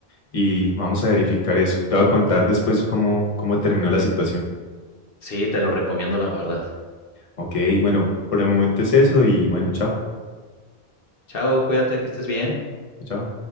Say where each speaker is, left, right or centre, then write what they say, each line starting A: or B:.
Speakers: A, on the left (about 40°); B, on the left (about 65°).
A: y vamos a verificar eso. Te voy a contar después cómo, cómo terminó la situación.
B: Sí, te lo recomiendo, la verdad.
A: Ok, bueno, por el momento es eso y bueno, chao.
B: Chao, cuídate, que estés bien.
A: Chao. chao.